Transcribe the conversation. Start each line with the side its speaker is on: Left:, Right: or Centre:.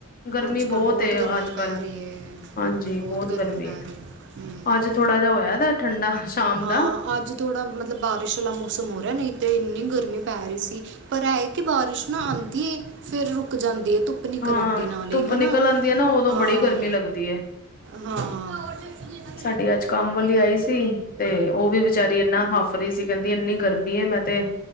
Left: ਗਰਮੀ
Right: ਅਜ-ਕਲ ਬਹੁਤ
Left: ਏ
Right: ਗਰਮੀ
Left: ਅੱਜ
Right: ਪੈ
Left: ਕੱਲ
Right: ਰਹੀ ਹੈ,
Left: ਹਾਂਜੀ
Right: ਬਹੁਤ
Left: ਬਹੁਤ ਗਰਮੀ
Right: ਪੈ
Left: ਹੈ,
Right: ਰਹੀ ਹੂੰ
Left: ਅਜ ਥੋੜਾ ਜਿਹਾ ਹੋਇਆ ਜਾ ਠੰਡਾ ਸ਼ਾਮ
Right: ਹਾਂ
Left: ਦਾ
Right: ਅਜ ਥੋੜ੍ਹਾ ਮਤਲਬ ਬਾਰਿਸ਼ ਵਾਲਾ ਮੌਸਮ ਹੋ ਰਿਹਾ, ਨਹੀ ਤਾਂ ਇਨੀ ਗਰਮੀ ਪੈ ਰਹੀ ਸੀ। ਪਰ ਇਹਏ ਕਿ ਬਾਰਿਸ਼ ਨਾ ਆਉਦੀ ਏ ਫਿਰ ਰੁਕ ਜਾਦੀ ਹੈ, ਧੁੱਪ ਧੁੱਪ ਨਿਕਲ
Left: ਹਾਂ
Right: ਆਦੀ ਐ ਨਾਲੇ
Left: ਧੁੱਪ
Right: ਹਨਾ
Left: ਨਿਕਲ ਆਉਂਦੀ ਹੈ ਨਾ ਉਦੋਂ
Right: ਹਾਂ,
Left: ਬੜੀ ਗਰਮੀ ਲੱਗਦੀ ਹੈ
Right: ਹਾਂ <unintelligible>
Left: ਸਾਡੀ ਅਜ ਕਮ ਵਾਲੀ ਆਈ ਸੀ, ਤੇ ਉਹ ਵੀ ਵਿਚਚਾਰੀ ਇਨਾ ਹਾਫ ਰਹੀ ਸੀ, ਕਹਿਦੀ ਇਨੀ ਗਰਮੀ ਹੈ, ਮੈਂ ਤੇ